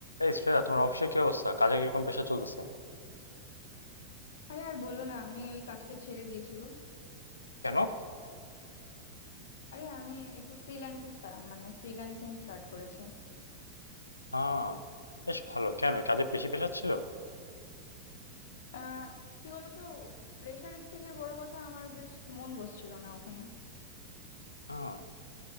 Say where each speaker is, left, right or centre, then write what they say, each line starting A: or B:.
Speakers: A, on the left; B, on the left.
A: এই শ্রেয়া তোমার অফিসের কি অবস্থা কাজে কিরকম প্রেশার চলতেছে
B: আরে আর বলো না আমি ওই কাজটা ছেড়ে দিয়েছি গো
A: কেন
B: আরে আমি একটু ফ্রিল্যান্সিং মানে ফ্রিল্যান্সিং স্টার্ট করেছি
A: হ্যাঁ বেশ ভালো কেন এই কাজে বেশি প্রেশার ছিল
B: আহ কি বলতো প্রেশারের থেকে বড় কথা আমার বেশ মন বসছিল না ওখানে
A: হ্যাঁ